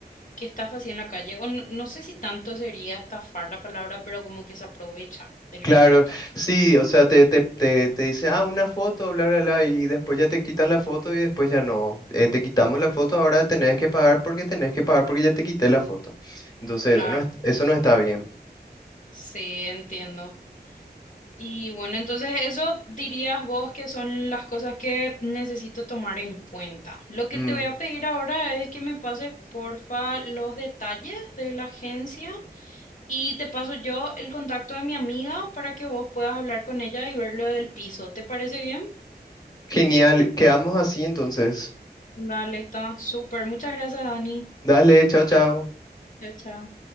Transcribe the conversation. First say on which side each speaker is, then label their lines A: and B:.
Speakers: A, on the left; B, on the left.
A: que estafa así en la calle, o no, no sé si tanto sería estafar la palabra, pero como que se aprovecha de los
B: Claro,
A: turistas.
B: sí, o sea, te, te, te, te dice, ah, una foto, bla, bla, bla, y después ya te quitan la foto y después ya no. Eh, te quitamos la foto, ahora tenés que pagar porque tenés que pagar porque ya te quité la foto. Entonces,
A: Claro.
B: eso no, es- eso no está bien.
A: Sí, entiendo. Y bueno, entonces eso dirías vos que son las cosas que necesito tomar en cuenta. Lo que
B: Mm,
A: te voy a pedir ahora es que me pases, porfa, los detalles de la agencia Y te paso yo el contacto de mi amiga para que vos puedas hablar con ella y ver lo del piso. ¿Te parece bien?
B: genial, quedamos así entonces.
A: Dale, está súper. Muchas gracias, Dani.
B: Dale, chao, chao.
A: Chao, chao.